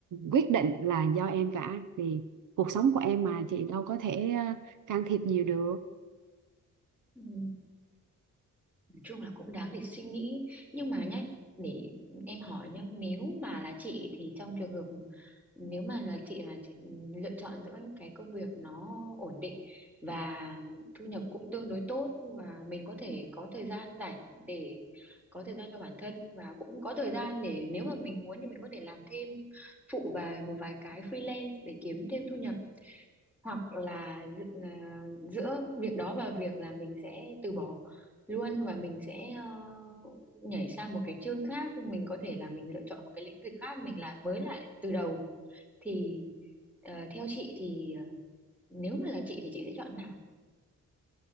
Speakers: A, on the right (about 75°); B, in the centre.
A: quyết định là do em cả vì cuộc sống của em mà chị đâu có thể ờ, can thiệp nhiều được
B: Ừ. Nói chung là cũng đáng để suy nghĩ nhưng mà nhá để em hỏi nhá nếu mà là chị thì trong trường hợp nếu mà là chị là chị lựa chọn giữa những cái công việc nó ổn định và thu nhập cũng tương đối tốt và mình có thể có thời gian rảnh để có thời gian cho bản thân và cũng có thời gian để nếu mà mình muốn thì mình có thể làm thêm phụ vài một vài cái freelance để kiếm thêm thu nhập hoặc là dự- à, giữa việc đó và việc là mình sẽ từ bỏ luôn và mình sẽ ờ, nhảy sang một cái chương khác mình có thể là mình lựa chọn một cái lĩnh vực khác mình làm mới lại từ đầu thì ờ, theo chị thì ờ, nếu mà là chị thì chị sẽ chọn nào